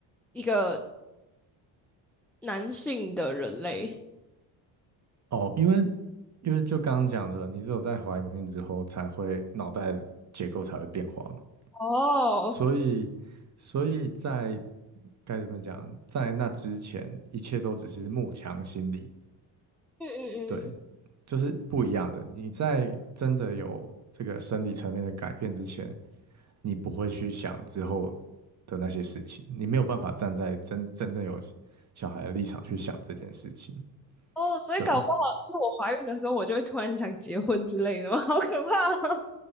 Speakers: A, in the centre; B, on the right (about 35°).
A: 一个男性的人类？
B: 哦，因为因为就刚刚讲的，你只有在怀孕之后才会脑袋结构才会变化嘛，
A: 哦，
B: 所以所以在该怎么讲，在那之前一切都只是慕强心理，
A: 嗯嗯嗯嗯，
B: 对，就是不一样的。你在真的有这个生理层面的改变之前，你不会去想之后的那些事情，你没有办法站在真真正有小孩的立场去想这件事情，
A: 哦，所以搞不好是我怀孕的时候，
B: 对。
A: 我就会突然想结婚之类的吗？<laughs> 好可怕哦！